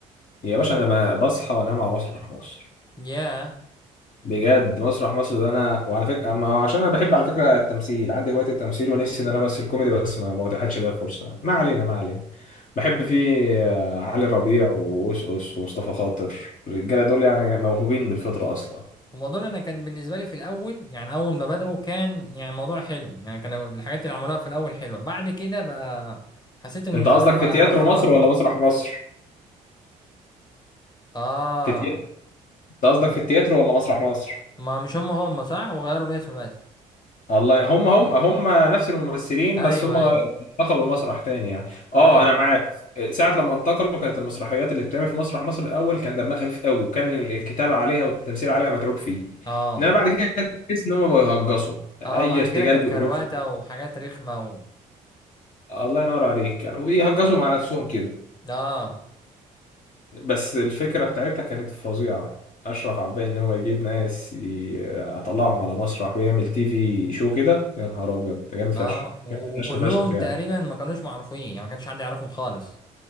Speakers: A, on the left (about 50°); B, on the left (about 25°).
A: يا باشا أنا ب- بصحى وأنام على مسرح مصر
B: ياه
A: بجد مسرح مصر ده انا وعلى فكره أما عشان انا بحب على فكره التمثيل عندي هوايه التمثيل ونفسي ان انا امثل كوميدي بس ما ما اتاحتش ليا الفرصه ما علينا ما علينا بحب فيه آه، علي ربيع وأوس ومصطفى خاطر الرجاله دول يعني موهوبين بالفطره اصلا
B: الموضوع اللي انا كان بالنسبه لي في الاول يعني اول ما بداوا كان يعني موضوع حلو يعني كانوا الحاجات اللي عملوها في الاول حلوه بعد كده بقى حسيت ان
A: انت
B: الموضوع
A: قصدك
B: بقى
A: في تياترو
B: رخم
A: مصر
B: قوي
A: ولا مسرح مصر
B: اه
A: في تي... انت قصدك
B: طب
A: في التياترو ولا مسرح مصر
B: ما مش هم هم صح وغيروا الاسم بس
A: الله هم هم هم نفس الممثلين
B: ايوه
A: بس هم
B: ايوه
A: انتقلوا لمسرح تاني يعني اه
B: ايوه
A: انا معاك ساعة لما انتقلوا كانت المسرحيات اللي بتتعمل في مسرح مصر الاول كان دمها خفيف قوي وكان الكتابة عليها والتمثيل عليها متعوب فيه
B: اه
A: انما بعد كده تحس ان هم بقوا يهجصوا اي
B: اه بعد
A: ارتجال
B: كده كانت
A: بيقولوه
B: كرواته
A: خلاص
B: وحاجات رخمه و...
A: الله ينور عليك كانوا بيهجصوا مع نفسهم كده
B: اه
A: بس الفكرة بتاعتها كانت فظيعة اشرف عباي ان هو يجيب ناس يطلعهم على مسرح ويعمل تي في شو كده يا نهار ابيض ده جامد فشخ
B: اه و...
A: جامد
B: وكلهم
A: فشخ فشخ يعني
B: تقريبا ما كانوش معروفين يعني ما كانش حد يعرفهم خالص